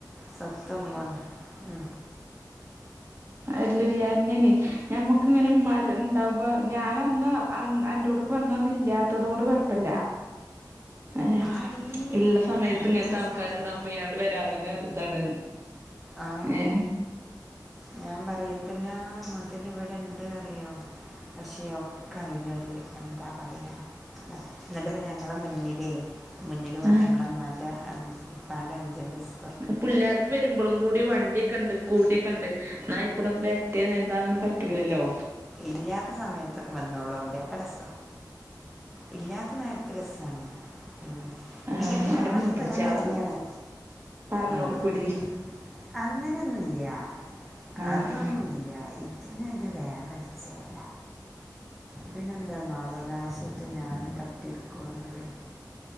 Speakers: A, in the centre; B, on the right.
A: സ്വത്തം മന്ന് ഉ
B: എല്ലടി അങ്ങനെ ഞമ്മുക്കിങ്ങനെ ഉമാർ ഉണ്ടാകുമ്പോൾ ഞൻ അന്ന് എൻ്റെോടുക്ക് വന്നത് ഇല്ലാത്തത് കൊണ്ട് കുഴപ്പമില്ല ഏ
A: ആടി
B: ഇള്ള സമയത്ത്
A: ഭയങ്കര
B: ഇങ്ങനത്തെ ആൾക്കാരുണ്ടാകുമ്പഴാണ്
A: സാധന
B: ഇങ്ങട് വരാതന്നെ ഇതാണ്
A: ആ
B: ഏ
A: ഞാൻ പറയന്തല്ലാ മുതൽ ഇവിടെ ഇണ്ട് അറിയോ പക്ഷേ ഒക്കെ അയിനൊരു എന്താ പറയ എന്നിട്ടപ്പ ഞങ്ങളെ മുന്നിലേ മുന്നിലോ
B: ആഹ്
A: ഞങ്ങളമമാന്റെ ഉപ്പാന്റെ അനുജന്റെ സ്
B: പിള്ളേർക്ക് വരുമ്പോഴും കൂടി വണ്ടിയൊക്കെ ഉണ്ട് സ്കൂട്ടിക്കെ ഉണ്ട് എന്നായി കൂടെന്ന് വരട്ടെ <unintelligible> പ റ്റൂല്ലല്ലോ
A: ഇല്ലാത്ത സമയത്തൊക്കെ വന്നോളോണ്ട് അപ്പരസ ഇല്ലാത്ത നേരത്തെ രസാണ് ഉം
B: ആഹ്
A: ഇങ്ങിട്ട്
B: അന്റെ
A: ആർക്കുംവരാൻ
B: മൂത്തച്ച്യാളും
A: മടിയാണ്
B: പറഞ്ഞ്
A: ആഹ്
B: കൊടുക്കൂടി
A: അങ്ങനെയൊന്നുംല്ല
B: ആഹ്
A: അതൊന്നുല്ല ഈ പിന്നെ അത് വേറെരുച്ചയല്ല പിന്നെന്താണ അവകാശ ഞാന് തട്ടിയെടുക്കുന്നു ളൈ